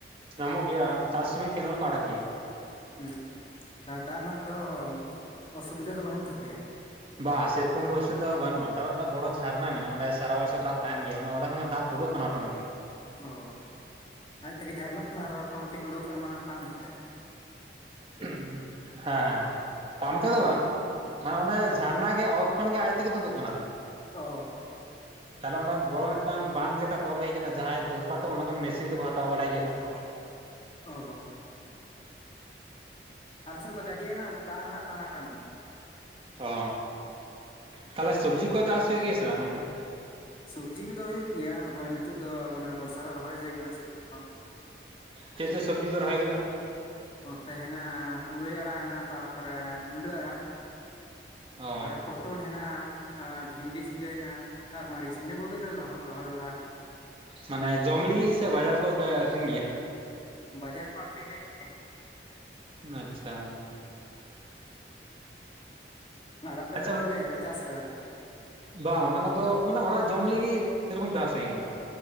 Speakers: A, on the right (about 30°); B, on the left (about 30°).
A: ᱧᱟᱢᱚᱜ ᱜᱮᱭᱟ ᱪᱟᱥ ᱥᱩᱢᱚᱭ ᱠᱮᱱᱮᱞ ᱠᱚ ᱟᱲᱟᱜ ᱜᱮᱭᱟ᱾
B: ᱦᱮᱸ ᱫᱟᱜ ᱨᱮᱱᱟᱜ ᱫᱚ ᱚᱥᱩᱵᱤᱫᱟ ᱫᱚ ᱵᱟᱹᱱᱩᱜ ᱛᱟᱯᱮᱭᱟ ᱾
A: ᱵᱟ ᱥᱮᱨᱚᱠᱚᱢ ᱫᱚ ᱚᱥᱩᱵᱤᱫᱷᱟ ᱫᱚ ᱵᱟᱹᱱᱩᱜᱼᱟ ᱛᱟᱨᱢᱟᱱᱮ ᱢᱤᱫᱴᱟ ᱵᱚᱲᱚ ᱡᱷᱟᱨᱱᱟ ᱢᱮᱱᱟᱜᱼᱟ ᱚᱰᱮ ᱥᱟᱨᱟ ᱵᱚᱭᱷᱚᱨ ᱫᱟᱜ ᱛᱟᱦᱮᱱ ᱜᱮᱭᱟ ᱢᱟᱱᱮ ᱚᱸᱰᱮ ᱠᱷᱚᱱ ᱫᱚ ᱫᱟᱜ ᱩᱰᱩᱠᱚᱜ ᱠᱟᱱᱟ ᱚᱴᱳᱢᱮᱴᱤᱠ᱾
B: ᱚ ᱟᱡ ᱛᱮᱜᱮ ᱡᱷᱟᱨᱱᱟᱜ ᱠᱟᱱᱟ ᱟᱨ ᱚᱴᱳᱢᱮᱴᱤᱠ ᱩᱰᱩᱠᱚᱜ ᱠᱟᱱᱟ ᱢᱟᱱᱮ ᱯᱟᱢᱯ ᱛᱮ᱾
A: ᱦᱮᱸ ᱦᱮᱸ ᱯᱟᱯᱢ ᱛᱮᱫᱚ
B: ᱚ
A: ᱵᱟᱝ ᱾ ᱢᱟᱱᱮ ᱚᱸᱰᱮ ᱡᱷᱟᱨᱱᱟ ᱜᱮ ᱚᱛ ᱠᱷᱚᱱ ᱜᱮ ᱟᱡ ᱛᱮᱜᱮ ᱛᱩᱫᱩᱜ ᱠᱟᱱᱟ ᱫᱟᱜ ᱾
B: ᱚᱻ᱾
A: ᱛᱟᱦᱚᱞᱮ ᱚᱰᱮᱸ ᱵᱚᱲᱚ ᱢᱤᱫᱴᱟᱝ ᱵᱟᱱ ᱞᱮᱠᱟ ᱛᱚᱞ ᱦᱩᱭ ᱟᱠᱟᱱᱟ ᱡᱟᱦᱟᱸᱭ ᱫᱚᱨᱠᱟᱨ ᱛᱟᱠᱚ ᱚᱸᱰᱮ ᱠᱷᱚᱱ ᱢᱮᱥᱤᱱ ᱛᱮᱠᱚ ᱦᱟᱛᱟᱣ ᱵᱟᱲᱟᱭ ᱜᱮᱭᱟ ᱫᱟᱜ ᱠᱚ ᱾
B: ᱚᱻ᱾ ᱟᱞᱮ ᱥᱮᱫ ᱫᱚ ᱜᱟᱡᱮ ᱨᱮᱱᱟᱜ ᱫᱟᱜ ᱨᱮᱱᱟᱜ ᱴᱟᱱᱟ ᱴᱟᱹᱱᱤ ᱾
A: ᱚ ᱛᱟᱦᱚᱞᱮ ᱥᱚᱵᱽᱡᱤ ᱠᱚ ᱪᱟᱥ ᱦᱩᱭ ᱜᱮᱭᱟ ᱥᱮ ᱵᱟᱝ ᱜᱚᱢᱠᱮ?
B: ᱥᱚᱵᱡᱤ ᱠᱚᱫᱚ ᱦᱩᱭᱩᱜ ᱜᱮᱭᱟ ᱱᱚᱜᱼᱚᱭ ᱱᱤᱛᱚᱜ ᱫᱚ ᱢᱟᱱᱮ ᱵᱚᱨᱥᱟ ᱨᱮ ᱨᱚᱦᱚᱭ ᱦᱩᱭ ᱠᱟᱱᱟ ᱥᱚᱵᱡᱤ ᱠᱚ ᱾
A: ᱪᱮᱫ ᱪᱮᱫ ᱥᱚᱵᱽᱡᱤ ᱯᱮ ᱨᱚᱦᱚᱭ ᱟᱠᱟᱫᱟ?
B: ᱚᱛᱮ ᱦᱮᱱᱟᱜᱼᱟ ᱯᱩᱨᱟᱹᱭ ᱟᱲᱟᱜ ᱦᱮᱱᱟᱜᱼᱟ ᱛᱟᱯᱚᱨᱮ ᱢᱩᱞᱟᱹ ᱟᱲᱟᱜ ᱾
A: ᱚ
B: ᱟᱨᱚ ᱯᱚᱴᱚᱞ ᱦᱮᱱᱟᱜᱼᱟ᱾ ᱟᱨ ᱵᱷᱤᱱᱰᱤ ᱡᱷᱤᱸᱜᱟᱹ ᱦᱮᱱᱟᱜᱼᱟ ᱟᱨ ᱢᱟᱹᱨᱤᱪ ᱤᱱᱟᱹ ᱠᱚᱜᱮᱞᱮ ᱨᱚᱦᱚᱭ ᱵᱟᱲᱟ ᱟᱠᱟ
A: ᱢᱟᱱᱮ ᱡᱚᱢ ᱞᱟᱹᱜᱤᱫ ᱥᱮ ᱵᱟᱡᱟᱨ ᱠᱷᱚᱡ ᱯᱮ ᱟᱠᱷᱨᱤᱧ ᱜᱮᱭᱟ?
B: ᱵᱟᱡᱟᱨ ᱠᱚ ᱟᱹᱷᱨᱤᱧ ᱞᱟᱹᱜᱤᱫ ᱜᱮ ᱾
A: ᱟᱪᱪᱷᱟ ᱾
B: ᱟᱨ ᱟᱯᱮ
A: ᱟᱪᱪᱷᱟ
B: ᱫᱚ ᱵᱟᱯᱮ ᱪᱟᱥ ᱟᱠᱟᱫᱟ?
A: ᱵᱟᱝ ᱚᱱᱟ ᱠᱚᱫᱚ ᱢᱟᱱᱮ ᱚᱲᱟᱜ ᱡᱚᱢ ᱞᱟᱹᱜᱤᱫ ᱥᱮᱨᱚᱠᱚᱢ ᱪᱟᱥ ᱦᱩᱭ ᱟᱠᱟᱱᱟ᱾